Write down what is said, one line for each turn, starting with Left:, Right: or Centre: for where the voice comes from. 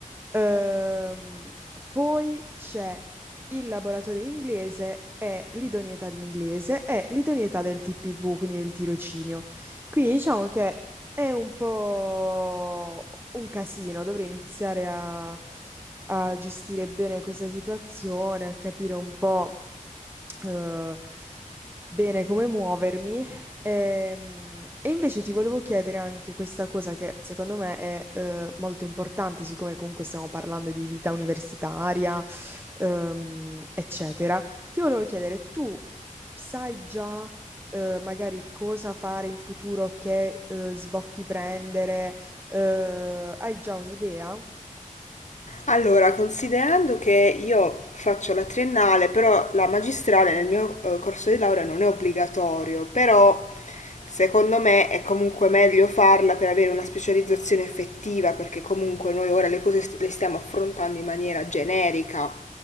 Right: Ehm, poi c'è il laboratorio inglese e l'idoneità di inglese e l'idoneità del TPV, quindi del tirocinio. Quindi diciamo che è un po' un casino, dovrei iniziare a, a gestire bene questa situazione, a capire un po' eh, bene come muovermi. Ehm, E, invece ti volevo chiedere anche questa cosa che secondo me è eh, molto importante, siccome comunque stiamo parlando di vita universitaria, ehm, eccetera. Ti volevo chiedere, tu sai già eh, magari cosa fare in futuro, che eh, sbocchi prendere, eh, hai già un'idea?
Left: Allora, considerando che io faccio la triennale, però la magistrale nel mio eh, corso di laurea non è obbligatorio, però secondo me è comunque meglio farla per avere una specializzazione effettiva, perché comunque noi ora le cose st- le stiamo affrontando in maniera generica.